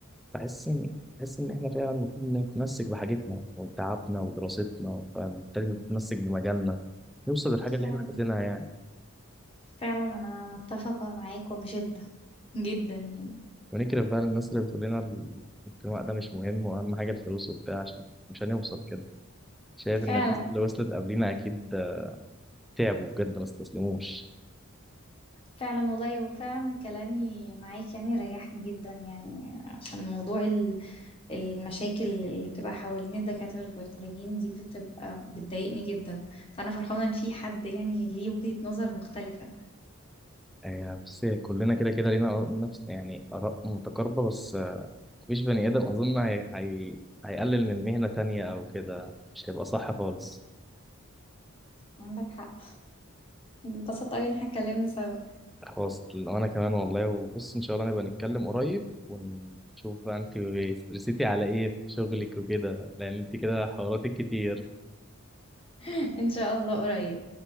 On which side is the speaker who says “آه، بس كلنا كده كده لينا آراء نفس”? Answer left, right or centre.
Centre